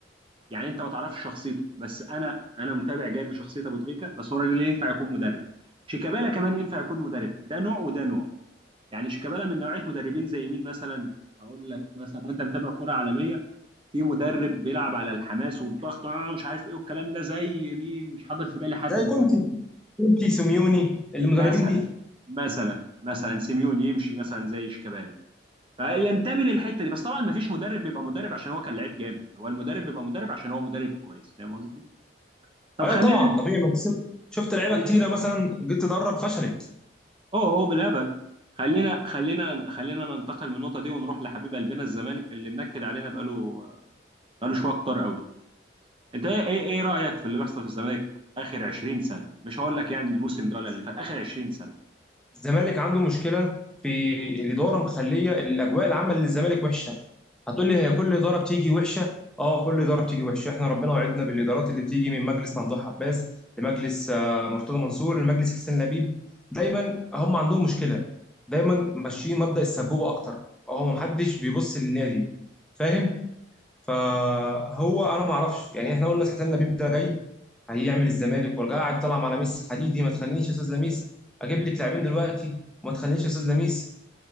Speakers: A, on the right; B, in the centre.
A: يعني انت ما تعرفش شخصيته بس انا انا متابع جيد لشخصيه ابو تريكه بس هو راجل ينفع يكون مدرب شيكابالا كمان ينفع يكون مدرب ده نوع وده نوع يعني شيكابالا من نوعيه مدربين زي مين مثلا اقول لك مثلا وانت متابع كره عالميه في مدرب بيلعب على الحماس والضغط آه مش عارف ايه والكلام ده زي مين مش حاضر في بالي حد
B: زي
A: دلوقتي
B: كونتي كونتي سيميوني المدربين
A: مثلا
B: دي
A: مثلا مثلا سيميون يمشي مثلا زي شيكابالا فينتمي للحته دي بس طبعا ما فيش مدرب بيبقى مدرب عشان هو كان لعيب جامد هو المدرب بيبقى مدرب عشان هو مدرب كويس فاهم قصدي طب
B: ايوه
A: خلينا
B: طبعا طبيعي ما تسيب- شفت لعيبه
A: اوه
B: كتيره مثلا جيت تدرب فشلت
A: اوه بالهبل خلينا خلينا خلينا ننتقل من النقطه دي ونروح لحبيب قلبنا الزمالك اللي منكد علينا بقاله بقاله شويه كتار قوي انت ايه ايه ايه رايك في اللي بيحصل في الزمالك اخر 20 سنه مش هقول لك يعني الموسم ده ولا اللي فات اخر 20 سنه
B: الزمالك عنده مشكله في الاداره مخليه الاجواء العامه للزمالك وحشه هتقول لي هي كل اداره بتيجي وحشه اه كل اداره بتيجي وحشه احنا ربنا وعدنا بالادارات اللي بتيجي من مجلس ممدوح عباس لمجلس آه، مرتضى منصور لمجلس حسين لبيب دايما هم عندهم مشكله دايما ماشيين مبدأ السبوبه اكتر آه، هو محدش بيبص للنادي فاهم فهو انا ما اعرفش يعني احنا قلنا حسين لبيب ده جاي هيعمل الزمالك ورجع قاعد طلع على ميسي حديدي ما تخلينيش يا استاذ لميس اجيب لك لاعبين دلوقتي وما تخلينيش يا استاذ لميس